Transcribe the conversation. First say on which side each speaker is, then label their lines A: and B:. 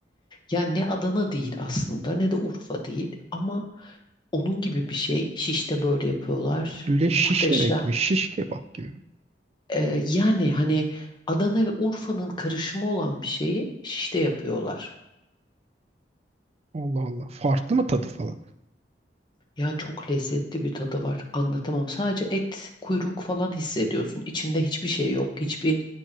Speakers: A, on the left; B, on the right.
A: Yani ne Adana değil aslında ne de Urfa değil ama onun gibi bir şey. Şiş'te böyle yapıyorlar.
B: Lüle şiş
A: Muhteşem.
B: demek mi? Şiş kebap gibi mi?
A: Ee, yani hani Adana ve Urfa'nın karışımı olan bir şeyi Şiş'te yapıyorlar.
B: Allah Allah. Farklı mı tadı falan?
A: Ya çok lezzetli bir tadı var. Anlatamam. Sadece et, kuyruk falan hissediyorsun. İçinde hiçbir şey yok. Hiçbir